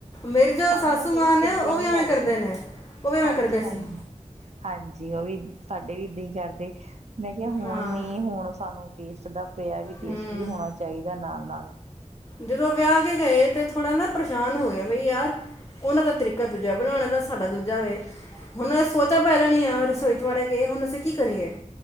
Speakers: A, on the left; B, on the right.
A: ਮੇਰੀ ਜੋ
B: ਸਾਨੂੰ
A: ਸਾਸੂ
B: ਉਹ ਟੇਸਟ
A: ਮਾਂ ਨੇ
B: ਚੰਗੇ
A: ਉਹ
B: ਨੀ
A: ਵੀ ਐਵੇਂ
B: ਲੱਗਦੇ
A: ਕਰਦੇ ਨੇ ਉਹ ਵੀ ਐਵੇਂ
B: ਹਾਂਜੀ
A: ਕਰਦੇ
B: ਹਾਂਜੀ।
A: ਸੀ
B: ਹਾਂਜੀ ਉਹ ਵੀ ਸਾਡੇ ਵੀ ਇਦਾਂ ਹੀ ਕਰਦੇ, ਮੈਂ ਕਿਹਾ ਹੁਣ
A: ਹਾਂ
B: ਨਹੀਂ ਹੁਣ ਸਾਨੂੰ ਟੇਸਟ ਦਾ ਪਿਆ ਵੀ ਟੇਸਟ
A: ਹੂੰ
B: ਵੀ ਹੋਣਾ ਚਾਹੀਦਾ ਨਾਲ ਨਾਲ।
A: ਜਦੋਂ ਵਿਆਹ ਕੇ ਗਏ ਤੇ ਥੋੜਾ ਨਾ ਪਰੇਸ਼ਾਨ ਹੋ ਗਿਆ ਬਈ ਯਾਰ ਉਹਨਾਂ ਦਾ ਤਰੀਕਾ ਦੂਜਾ ਬਣਾਉਣ ਦਾ ਸੀ ਸਾਡਾ ਦੂਜਾ ਵੇ। ਹੁਣ ਸੋਚਾ ਪੈਜਾਣੀਆ ਰਸੋਈ ਵਾੜ ਗਏ ਹੁਣ ਅਸੀਂ ਕੀ ਕਰੀਏ।